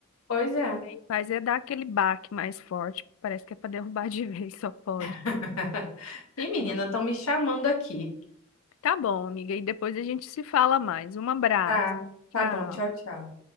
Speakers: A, on the left (about 80°); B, on the left (about 70°).
A: pois é.
B: e aí faz é dar aquele baque mais forte. Parece que é para derrubar de <laughs> vez, só pode.
A: <laughs> E menina,
B: Não.
A: estão me chamando aqui.
B: Tá bom, amiga, e depois a gente se fala mais. Um abraço.
A: Tá,
B: Tchau.
A: tá bom, tchau, tchau.